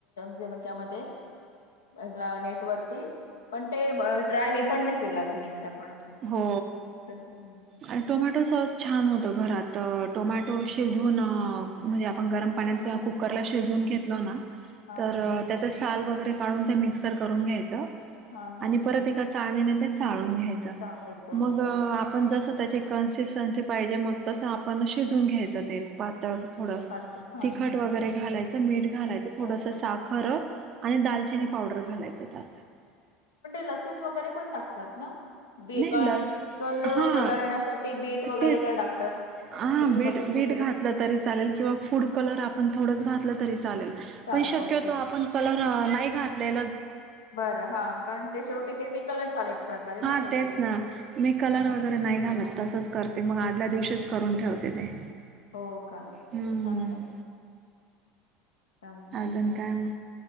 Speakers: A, on the left; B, on the right.
A: जेमच्यामध्येध्ये नेट वरती पण ते ट्राय मी पण नाही केलं अजून एकदा पण असं
B: हो
A: असं हम्म
B: आणि टोमॅटो सॉस छान होत घरात तर टोमॅटो शिजून म्हणजे आपण गरम पाण्यात किंवा कुकरला शिजवून घेत ना
A: हा
B: तर
A: हा
B: त्या साल वगैरे काढून ते मिक्सर करून घ्यायच.
A: हा हा हा
B: आणि
A: हा
B: परत एका चाळलेला ते चाळून घ्यायचं.
A: सांगायचं
B: मग
A: ओके
B: आपण जस त्याची कन्सिस्टनसी पाहिजे मग तस आपण शिजून घ्यायच. पातळ थोड
A: पात हा
B: तिखट
A: हा हा
B: वगैरे घाला. मीठ घालायचं थोडस
A: अच्छा, हा.
B: साखर आणि दालचिनी
A: हम्म, हम्म.
B: पावडर घालायचंत त्यात.
A: लसून वगैरे पण टाकतात ना? बीट
B: नाही
A: आणि
B: लस
A: कल
B: हा
A: कलरण्यासाठी बीट वगैरे
B: तेच
A: काय टाकतात?
B: हा
A: असं मी
B: बीट
A: बघितलं
B: बीट
A: तरी
B: घातलं तरी चालेल किंवा फूड कलर आपण थोडंच घातलं तरी
A: चालेल
B: पण शक्य
A: ओके
B: होत आपण कलर नाही घातले,
A: बरं हा कारण ते शेवटी केमिकलच झाले एक प्रकारे, ना
B: हा
A: शेवटी
B: तेच
A: ते
B: ना मी कलर
A: हा
B: वगैरे नाही घालत तसंच करते मग आदल्या दिवशीच करून ठेवते. ते
A: हो का
B: हम्म.
A: चांगलं. चालेल
B: अजून
A: चालेल
B: काय मग?